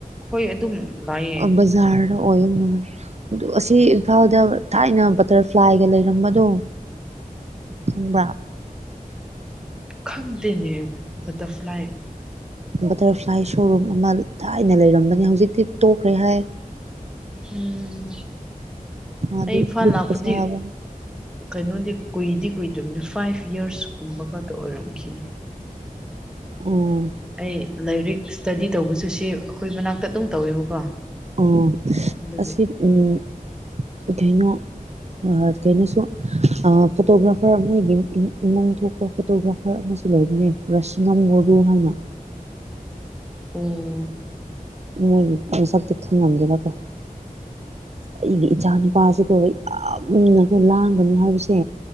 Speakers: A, in the centre; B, on the right (about 50°).
A: ꯍꯣꯏ ꯑꯗꯨꯝ ꯂꯥꯛꯑꯦ
B: ꯕꯖꯥꯔꯗ ꯑꯣꯏꯔꯝꯃꯣꯏ ꯑꯗꯨ ꯑꯁꯤ ꯏꯝꯐꯥꯜꯗ ꯊꯥꯏꯅ ꯕꯇꯔꯐ꯭ꯂꯥꯏꯒ ꯂꯩꯔꯝꯕꯗꯣ ꯈꯪꯕ꯭ꯔꯥ
A: ꯈꯪꯗꯅꯦ ꯕꯇꯔꯐ꯭ꯂꯥꯏ
B: ꯕꯇꯔꯐ꯭ꯂꯥꯏ ꯁꯣꯔꯨꯝ ꯑꯃ ꯊꯥꯏꯅ ꯂꯩꯔꯝꯕꯅꯤ ꯍꯧꯖꯤꯛꯇꯤ ꯇꯣꯛꯈ꯭ꯔꯦ ꯍꯥꯏ <inaudible>
A: ꯎꯝ
B: ꯑꯗꯨ
A: ꯑꯩ ꯏꯝꯐꯥꯜ
B: ꯑꯗꯨ
A: ꯂꯥꯛꯄꯗꯤ
B: ꯄꯩꯁꯥ ꯑꯣ
A: ꯀꯩꯅꯣꯗꯤ ꯀꯨꯏꯗꯤ ꯀꯨꯏꯗ꯭ꯕꯅꯤ ꯐꯥꯏꯚ ꯌꯥꯔꯁ ꯀꯨꯝꯕ ꯈꯛꯇ ꯑꯣꯏꯔꯝꯈꯤꯅꯤ
B: ꯑꯣ
A: ꯑꯩ ꯂꯥꯏꯔꯤꯛ ꯏꯁꯇꯗꯤ ꯇꯧꯕꯁꯨ ꯁꯤ ꯑꯩꯈꯣꯏ ꯃꯅꯥꯛꯇ ꯑꯗꯨꯝ ꯇꯧꯋꯦꯕꯀꯣ
B: ꯑꯣ
A: ꯑꯗꯨꯒꯤ
B: ꯑꯁꯤ ꯎꯝ ꯀꯩꯅꯣ ꯑꯥ ꯀꯩꯅꯣꯁꯨ ꯑꯥ ꯐꯣꯇꯣꯒ꯭ꯔꯥꯐꯔ ꯃꯣꯏꯒꯤ ꯏꯃꯨꯡ ꯊꯣꯛꯄ ꯐꯣꯇꯣꯒ꯭ꯔꯥꯐꯔ ꯑꯃꯁꯨ ꯂꯩꯕꯅꯦ ꯔꯥꯁꯤꯉꯝ ꯃꯨꯔꯒꯨ ꯍꯥꯏꯅ
A: ꯑꯣ
B: ꯃꯣꯏ ꯃꯁꯛꯇꯣ ꯊꯤꯉꯥꯝꯒꯦꯔꯥ ꯀꯣ ꯑꯩꯒꯤ ꯏꯆꯥ ꯅꯨꯄꯥꯁꯤꯀꯣ ꯌꯥꯝꯅꯀꯣ ꯂꯥꯡꯒꯅꯨ ꯍꯥꯏꯕꯁꯦ